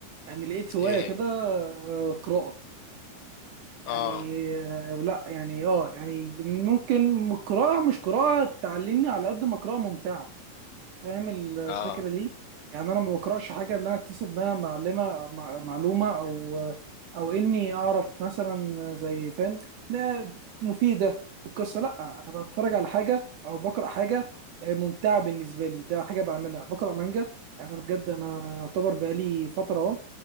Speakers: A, on the right; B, on the left.
A: يعني لقيت هواية
B: إيه
A: كده
B: هي؟
A: آه، قراءة يعني
B: آه
A: آه، لا يعني اه يعني ممكن قراءة مش قراءة تعلمني على قد ما قراءة ممتعة فاهم الفكرة
B: آه
A: دي يعني انا ما بقراش حاجة اللي انا اكتسب منها معلمة مع- معلومة او او اني اعرف مثلا زي فاهم لا مفيدة القصة لا انا بتفرج على حاجة او بقرأ حاجة آه، ممتعة بالنسبة لي ده حاجة بعملها بقرأ مانجا يعني انا بجد انا يعتبر بقالي فترة اهو